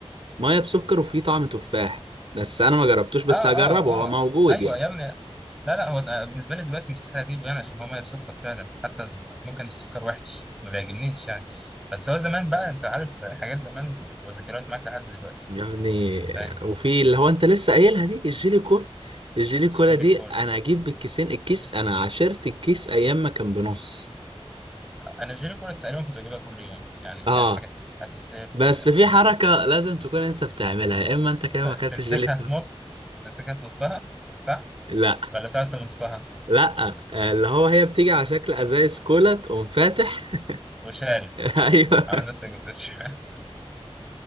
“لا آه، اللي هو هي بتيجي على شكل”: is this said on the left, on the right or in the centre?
Right